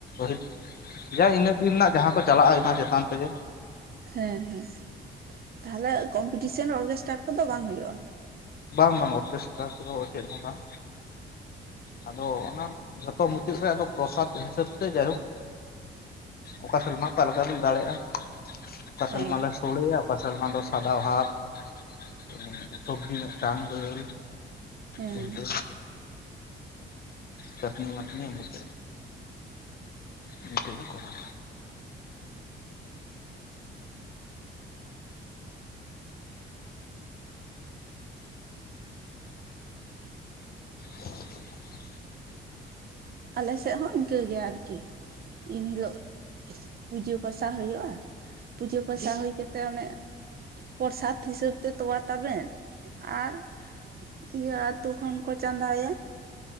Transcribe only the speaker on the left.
ᱥᱦᱤᱛ ᱡᱟ ᱤᱱᱟᱹ ᱫᱤᱱ ᱨᱮᱱᱟᱜ ᱡᱟᱦᱟᱸ ᱠᱚ ᱪᱟᱞᱟᱜᱼᱟ ᱚᱱᱟ ᱪᱮᱛᱟᱱ ᱛᱮᱜᱮ᱾
ᱵᱟᱝ ᱵᱟᱝ ᱚᱨᱠᱮᱥᱴᱨᱟ ᱠᱚᱫᱚ ᱪᱮᱫ ᱦᱚᱸ ᱵᱟᱝ ᱟᱫᱚ ᱚᱱᱟ ᱡᱚᱛ ᱚ <inaudible> ᱢᱩᱪᱟᱹᱫ ᱨᱮ ᱟᱫᱚ ᱯᱨᱚᱥᱟᱫᱽ ᱦᱤᱥᱟᱹᱵ ᱛᱮ ᱡᱟᱭᱦᱳᱠ ᱚᱠᱟ ᱥᱮᱞᱢᱟ ᱚᱠᱟ ᱞᱮᱠᱟ ᱵᱤᱱ ᱫᱟᱲᱮᱭᱟᱜᱼᱟ᱾ ᱚᱠᱟ
ᱥᱮᱨᱢᱟ ᱞᱮ ᱥᱲᱮᱭᱟ ᱚᱠᱟ ᱥᱮᱨᱢᱟ ᱫᱚ ᱥᱟᱫᱟ ᱵᱷᱟᱛ <unintelligible> ᱥᱚᱵᱡᱤ ᱢᱤᱫ ᱨᱟᱝ ᱫᱟ. ᱞ
ᱵᱷᱴ <inaudible> ᱪᱟᱹᱴᱱᱤ ᱢᱟᱴᱱᱤ ᱢᱩ <inaudible> ᱚᱱᱟᱛᱮ ᱞᱮ ᱠᱚᱨᱟᱣᱟ᱾ ᱦᱮ <unintelligible>